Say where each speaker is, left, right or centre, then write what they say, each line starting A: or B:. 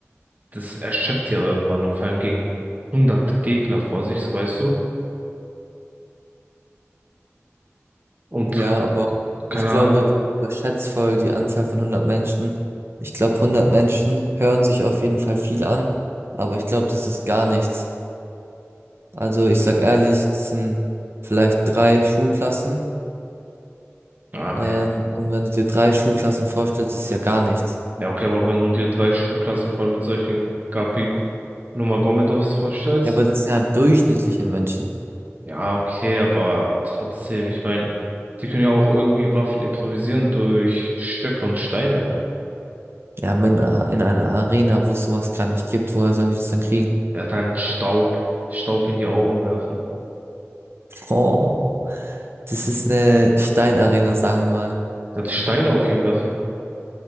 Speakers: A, on the right; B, on the right.
A: das erschöpft ja irgendwann und vor allem gegen hundert Gegner vor sich, so weißt du. Und
B: Ja, aber
A: keine
B: ich glaube,
A: Ahnung,
B: du überschätzt voll die Anzahl von hundert Menschen. Ich glaube, hundert Menschen hören sich auf jeden Fall viel an, aber ich glaube, das ist gar nichts. Also ich sag ehrlich, das sind vielleicht drei Schulklassen.
A: ja,
B: Ähm, und wenn du dir drei Schulklassen vorstellst, ist ja gar nichts.
A: Ja, okay, aber wenn du dir drei Schulklassen voll mit solchen Gabi Nurmagomedovs vorstellst,
B: Ja, aber das sind ja durchschnittliche Menschen.
A: ja, okay, aber trotzdem, ich meine, die können ja auch irgendwie Waffen improvisieren durch Stöcke und Steine.
B: Ja, aber in, a- in einer Arena, wo es sowas gar nicht gibt, woher sollen die das dann kriegen?
A: Er hat halt Staub, Staub in die Augen werfen.
B: Oh, das ist eine Steinarena, sagen wir mal.
A: Er hat Steine auf ihn werfen.